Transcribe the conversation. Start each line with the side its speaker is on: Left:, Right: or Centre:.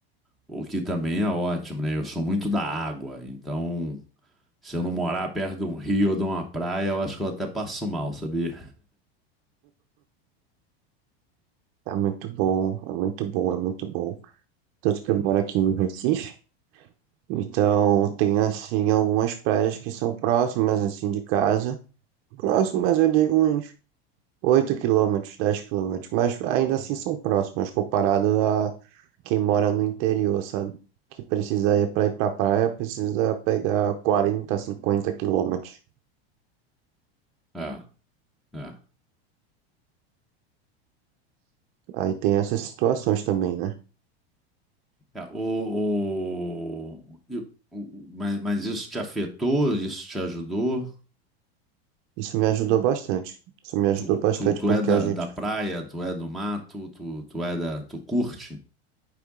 Centre: o que também é ótimo, né? Eu sou muito da água, então Se eu não morar perto de um rio ou de uma praia, eu acho que eu até passo mal, sabia?
Right: É muito bom, é muito bom, é muito bom. tanto que eu moro aqui em Recife. Então, tem, assim, algumas praias que são próximas, assim, de casa. Próximas, eu digo uns 8 quilômetros, 10 quilômetros. Mas ainda assim são próximas, comparado a quem mora no interior, sabe? Que precisa ir para ir pra praia, precisa pegar 40, 50 quilômetros.
Centre: É, é.
Right: Aí tem essas situações também, né?
Centre: É, o, o, e- o- mas, mas isso te afetou? Isso te ajudou?
Right: Isso me ajudou bastante. Isso me ajudou
Centre: Tu,
Right: bastante
Centre: tu, tu
Right: porque
Centre: é da,
Right: a gente
Centre: da praia, tu é do mato, tu, tu é da, tu curte?